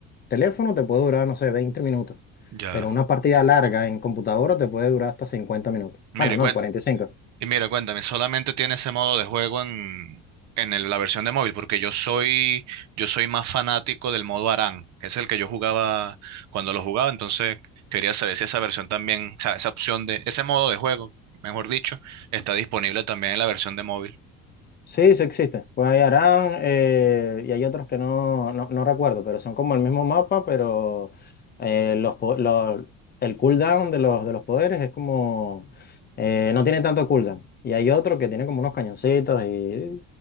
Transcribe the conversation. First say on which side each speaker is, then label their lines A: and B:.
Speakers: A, on the left; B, on the right.
A: teléfono te puede durar, no sé, 20 minutos.
B: Ya.
A: Pero una partida larga en computadora te puede durar hasta 50 minutos.
B: Mira,
A: Bueno,
B: y
A: no,
B: cuéntame.
A: 45.
B: Y mira, cuéntame, ¿solamente tiene ese modo de juego en, en el- la versión de móvil? Porque yo soy, yo soy más fanático del modo ARAN, que es el que yo jugaba cuando lo jugaba, entonces quería saber si esa versión también, o sea, esa opción de, ese modo de juego, mejor dicho, está disponible también en la versión de móvil.
A: Sí, sí existe. Pues hay Arán eh, y hay otros que no, no, no recuerdo, pero son como el mismo mapa, pero eh, los, po- los- el cooldown de los, de los poderes es como... eh, no tiene tanto cooldown. Y hay otro que tiene como unos cañoncitos y